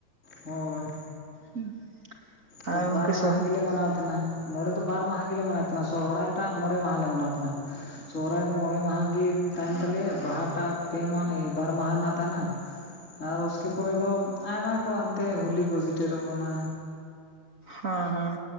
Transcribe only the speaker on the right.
ᱦᱮᱸ ᱟᱨ
ᱜᱚᱢᱠᱮ ᱥᱚᱦ
ᱦᱚᱸ-ᱦᱚᱸ